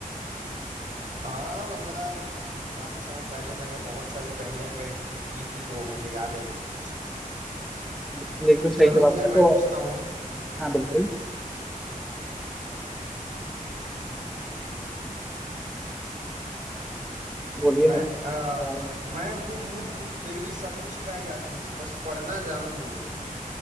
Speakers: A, on the right; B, in the centre.
A: हाँ मतलब काफी समय पहले मैंने बहुत सारी पहेलियां कर- की थी तो मुझे याद है कुछ कुछ
B: बिल्कुल, एकदम
A: चलो
B: सही जवाब
A: फिर
B: मैं
A: मैं
B: तो
A: पूछता हूँ
B: हाँ बिल्कुल बोलिए
A: मैं
B: मैं अ,
A: अ, मैं हूँ मूक फिर भी सब कुछ कह जाती हूँ बस पढ़ना जानू मुझे